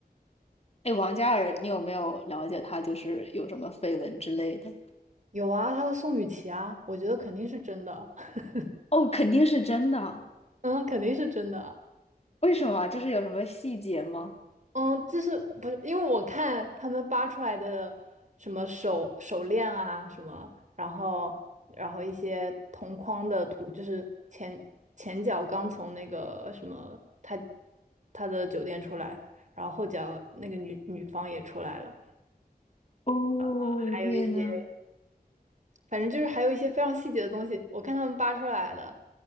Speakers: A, on the left (about 40°); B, on the right (about 50°).
A: 哎，王嘉尔，你有没有了解他就是有什么绯闻之类的？
B: 有啊，他和宋雨琦啊，我觉得肯定是真的，<laughs>
A: 哦，肯定是真的。
B: 嗯，肯定是真的。
A: 为什么啊？就是有什么细节吗？
B: 嗯，就是不是因为我看他们扒出来的什么手手链啊什么，然后然后一些同框的图，就是前前脚刚从那个什么他他的酒店出来，然后后脚那个女女方也出来了，
A: 哦，
B: 还有一些
A: 天呐，
B: <laughs> 反正就是还有一些非常细节的东西，我看他们扒出来的，